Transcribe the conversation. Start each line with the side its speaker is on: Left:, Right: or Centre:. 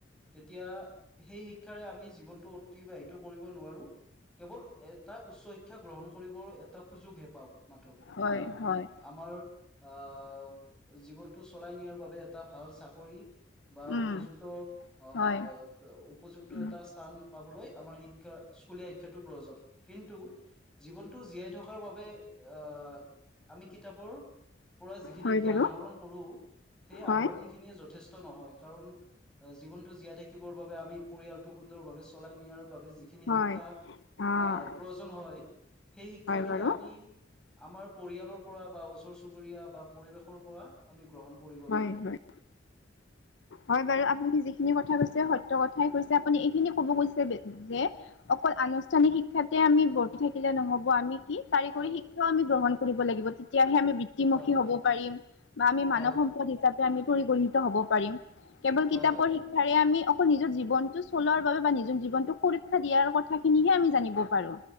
Centre: তেতিয়া, সেই শিক্ষাৰে আমি জীৱনটো অতিবাহিত কৰিব নোৱাৰো! কেৱল এটা উচ্চ শিক্ষা গ্ৰহণ কৰিবৰ এটা সুযোগহে পাওক! মাতো
Left: হয়
Centre: বা
Left: হয়
Centre: আমাৰ আহ, জীৱনটো চলাই নিয়াৰ বাবে এটা ভাল চাকৰি। বা
Left: উম
Centre: উপযুক্ত অ।
Left: হয়
Centre: উপযুক্ত
Left: উম
Centre: এটা স্থান পাবলৈ আমাৰ শিক্ষা স্কুলীয়া শিক্ষাটো প্ৰয়োজন। কিন্তু জীৱনটো জীয়াই থকাৰ বাবে আহ আমি কিতাপৰ। পৰা যিখিনি
Left: হয়
Centre: জ্ঞান
Left: বাৰু
Centre: আহৰণ কৰো সেই
Left: হয়
Centre: আহৰণ। এইখিনিয়ে যথেষ্ট নহয় কাৰণ জীৱনটো জীয়াই থাকিব। বাবে আমি পৰিয়ালটো সুন্দৰভাৱে চলাই নিয়াৰ বাবে যিখিনি খিনি
Left: হয়
Centre: শিক্ষা
Left: অ হয়
Centre: আহ প্ৰয়োজন হয় সেই শিক্ষাখিনি
Left: বাৰু
Centre: আমি আমাৰ পৰিয়ালৰ পৰা বা ওচৰ চুবুৰীয়া বা পৰিৱেশৰ পৰা আমি গ্ৰহণ কৰিব
Left: হয়
Centre: লাগিব
Left: হয়। হয় বাৰু আপুনি যিখিনি যিখিনি কথা কৈছে সত্য কথাই কৈছে আপুনি এইখিনি ক'ব গৈছে যে অকল আনুষ্ঠানিক শিক্ষাতে আমি ভৰ্তি থাকিলে নহব আমি কি কাৰিকৰী
Centre: হয়
Left: শিক্ষাও আমি গ্ৰহণ কৰিব লাগিব। তেতিয়াহে আমি বৃত্তিমুখী
Centre: হয় হয়
Left: হ'ব পাৰিম। বা আমি
Centre: হয়
Left: মানৱ
Centre: হয়
Left: সম্পদ হিচাপে আমি পৰিগণিত হব পাৰিম। কেৱল
Centre: হয়
Left: কিতাপৰ
Centre: হয় হয়
Left: শিক্ষা আমি অকল নিজৰ জীৱনটো চলোৱাৰ বাবে বা নিজৰ জীৱনটোক সুৰক্ষা দিয়াৰ কথাখিনিহে আমি জানিব পাৰোঁ।